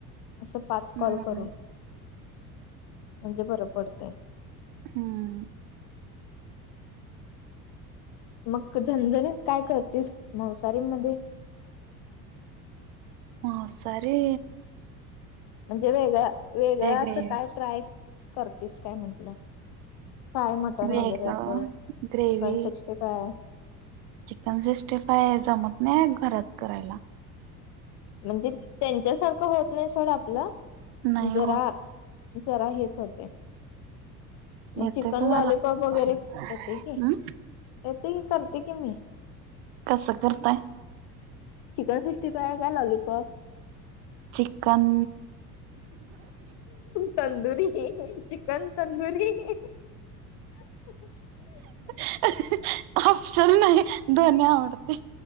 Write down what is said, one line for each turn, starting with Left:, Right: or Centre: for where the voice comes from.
Left: असं पाच
Right: हम्म.
Left: कॉल करून म्हणजे बरं पडतंय.
Right: हम्म <unintelligible>
Left: मग झणझणीत काय करतेस मावसारी मध्ये?
Right: माऊसारी
Left: म्हणजे वेगळ वेगळं असं
Right: ग्रेवी
Left: काय ट्राय करतेस काय म्हंटलं. फाय मटन
Right: वेगळं
Left: वगैरे असं chicken
Right: gravy
Left: sixty five.
Right: Chicken sixty five जमत नाही घरात करायला.
Left: म्हणजे त्यांच्यासारखं होत नाही सोडं आपलं
Right: नाही
Left: जरा
Right: होत
Left: जरा हेच होते. मग
Right: येतय
Left: चिकन
Right: तुम्हाला
Left: लॉलीपॉप वगैरे येते
Right: हम्
Left: की येते की करते की मी.
Right: कसं करताय?
Left: चिकन सिक्स्टी फाय काय lollipop?
Right: Chicken
Left: tandoori chicken tandoori. <unintelligible>
Right: <unintelligible> Option नाही दोन्ही आवडते.